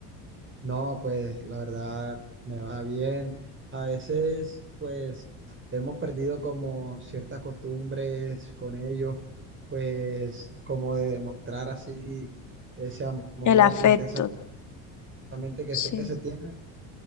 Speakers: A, on the right; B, on the left.
A: No, pues la verdad me va bien. A veces, pues hemos perdido como ciertas costumbres con ellos, pues como de demostrar así ese amor
B: el afecto?
A: intenso Exactamente, que
B: Sí,
A: sé que se tiene,